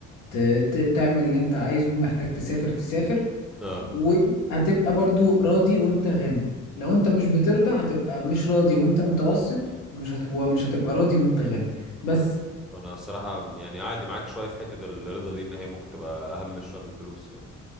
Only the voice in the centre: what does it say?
اه
أنا الصراحة يعني عادي معاك شوية في حتة الرضا دي إن هي ممكن تبقى أهم شوية من الفلوس يعني